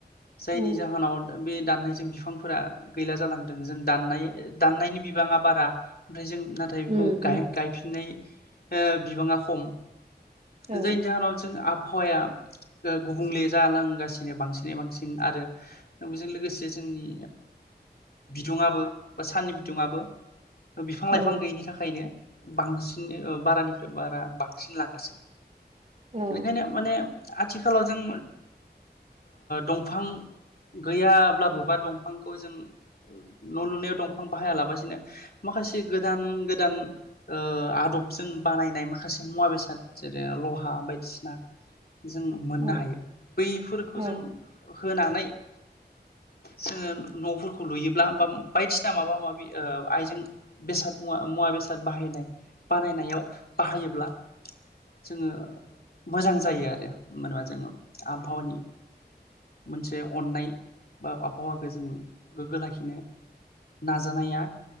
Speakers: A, on the left; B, on the right.
A: जायनि
B: औ
A: जाहोनाव बे दाननायजों बिफांफोरा गैला जालांदों। जों दाननाय दाननायनि बिबाङा बारा ओमफ्राय जों नाथाय बेखौ
B: उम
A: गाय-गायफिननाय
B: उम
A: ओ बिबाङा खम।
B: औ
A: जायनि जाहोनाव जों आ आबहावाया गुबुंले जालांगासिनो बांसिन बांसिन आरो बेजों लोगोसे जोंनि बिदुुंआबो बा साननि बिदुुंआबो बिफां लाइफां
B: औ
A: गैयिनि थाखायनो बांसिन बारानिफ्राय बारा बांसिनलांगासिनो
B: औ
A: ओंखायनो माने आथिखालाव जों दंफां गैयाब्लाबो बा दंफांखौ जों न' लुनायाव दंफां बाहायालाबसिनो माखासे गोदान गोदान ओ आदबजों बानायनाय माखासे मुवा बेसाद जेरै लहा बायदिसिना जों मोननो
B: औ
A: हायो बै खौ जों
B: औ
A: होनानै जोङो न'फोरखौ लुयोब्ला बा बायदिसिना माबा माबि आइजें बेसाद मुवा मुवा बेसाद बाहायनाय बानायनायाव बाहायोब्ला जोङो मोजां जायो आरो मानो होनबा जोङो आबहावानि मोनसे अननाय बा आबहावाखौ जों गोग्गो लाखिनो नाजानाया